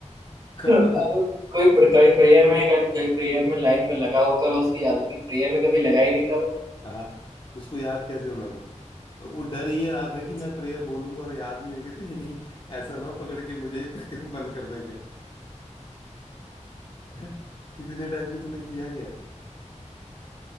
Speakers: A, on the left; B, on the right.
A: करता
B: अगर
A: तो
B: <laughs> कोई कोई प्रेयर में अगर कोई प्रेयर में लाइन में लगा होता तो उसकी याद होगी प्रेयर में कभी लगा ही नहीं था वो
A: हाँ उसको याद कैसे होना था वो डर ये रहा था
B: अच्छा
A: कि मैं प्रेयर बोलूंगा और याद नहीं होगी तो ये कहीं ऐसा ना हो पकड़ के मुझे <laughs> बंद कर दें कहीं <laughs> इतने टाइम से तूने किया क्या